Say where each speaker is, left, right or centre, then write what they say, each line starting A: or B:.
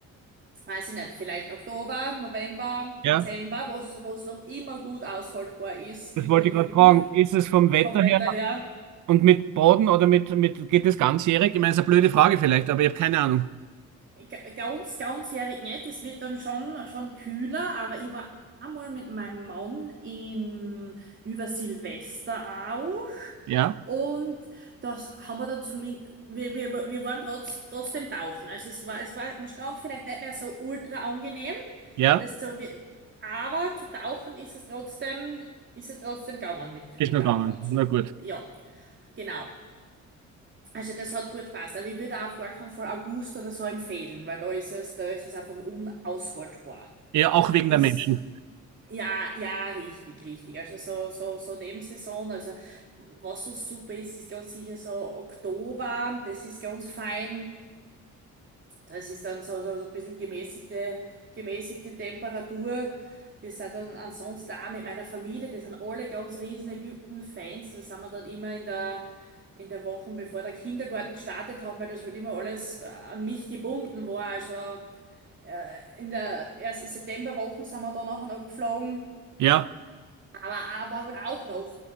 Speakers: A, on the right; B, on the right.
A: weiß ich nicht, vielleicht Oktober, November,
B: Ja,
A: Dezember, wo es noch immer gut aushaltbar ist
B: das
A: in
B: wollte
A: Ägypten
B: ich gerade fragen. Ist es vom Wetter
A: vom Wetter
B: her
A: her.
B: und mit Boden oder mit, mit, geht das ganzjährig? Ich meine, es ist eine blöde Frage vielleicht, aber ich habe keine Ahnung.
A: Ga- Ganz, ganzjährig nicht. Es wird dann schon, schon kühler, aber ich war einmal mit meinem Mann in, über Silvester auch.
B: Ja,
A: Und das haben wir dann zumindest, wir, wir, wir waren trotz, trotzdem tauchen. Also es war, es war am Strand vielleicht nicht mehr so ultra angenehm.
B: ja,
A: Das so, wie- aber zu tauchen ist es trotzdem, ist es trotzdem gegangen mit,
B: ist
A: mit
B: nur
A: Tauchanzug.
B: gegangen. Na gut.
A: Ja, genau. Also das hat gut gepasst, aber ich würde auch auf gar keinen Fall August oder so empfehlen, weil da ist es, da ist es einfach unaushaltbar.
B: Ja, auch wegen
A: Ist,
B: der Menschen.
A: ja, ja, richtig, richtig. Also so, so, so Nebensaison, also was so super ist, ist ganz sicher so Oktober, das ist ganz fein. Das ist dann so, so, so ein bisschen gemäßigte, gemäßigte Temperatur. Wir sind dann ansonsten auch mit meiner Familie, die sind alle ganz riesen Ägypten-Fans. Da sind wir dann immer in der, in der Woche, bevor der Kindergarten gestartet hat, weil das halt immer alles äh, an mich gebunden war. Also äh, in der ersten Septemberwoche sind wir dann nachher noch geflogen.
B: Ja,
A: Aber auch, war halt auch noch